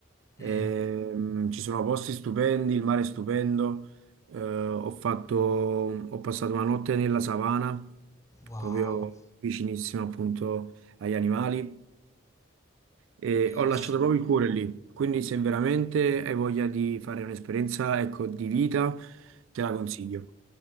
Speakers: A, on the left; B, on the right.
A: Mm,
B: Ehm, ci sono posti stupendi, il mare è stupendo. Eh, ho fatto, ho passato una notte nella savana,
A: wow,
B: proprio vicinissimo appunto agli animali. E
A: bellissimo.
B: ho lasciato proprio il cuore lì, quindi se veramente hai voglia di fare un'esperienza, ecco, di vita, te la consiglio.